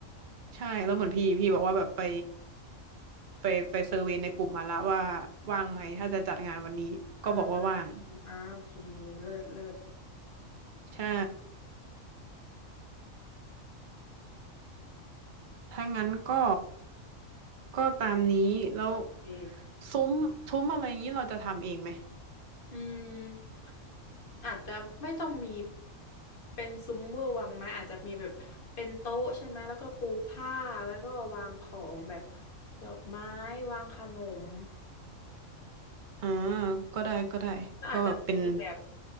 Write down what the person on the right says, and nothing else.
ใช่แล้วเหมือนพี่พี่บอกว่าแบบไปไปไปเซอร์เวย์ในกลุ่มมาละว่าว่างไหมถ้าจะจัดงานวันนี้ก็บอกว่าว่าง
ใช่ถ้างั้นก็ก็ตามนี้แล้ว
ซุ้มซุ้มอะไรอย่างนี้เราจะทำเองไหม
อ่าก็ได้ก็ได้ก็แบบเป็น